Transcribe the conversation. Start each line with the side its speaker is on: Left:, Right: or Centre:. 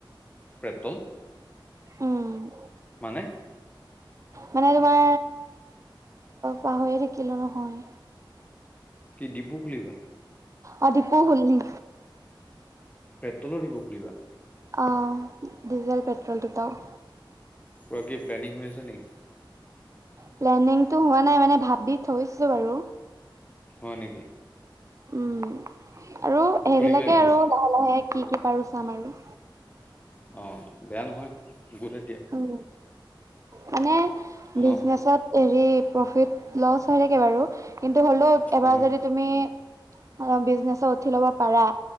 Left: পেট্ৰল,
Right: উম
Left: মানে,
Right: মানে তোমাৰ পাহৰিয়ে থাকিলো নহয়।
Left: কি ডিপু খুলিবা।
Right: অ ডিপু খুলিম,
Left: পেট্ৰলৰ ডিফু খুুলিবা,
Right: অঁ ডিজেল পেট্ৰল দুটাই,
Left: কিবৰা কি প্লেনিং হৈ আছে নেকি।
Right: প্লেনিংতটো হোৱা নাই মানে ভাবি থৈছো বাৰু,
Left: হয় নেকি।
Right: উম আৰু সেইবিলাকে
Left: খুলিবাই মানে
Right: আৰু লাহে লাহে কি কি পাৰো চাম আৰু
Left: অ বেয়া নহয় গোলে দিয়া।
Right: উম মানে
Left: ন
Right: বিজনেচত, হেৰি প্ৰফিট লছ হৈ থাকে বাৰু, কিন্তু হ'লেও এবাৰ
Left: উম
Right: যদি তুমি অঁ বিজনেচ উঠি ল'ব পাৰা,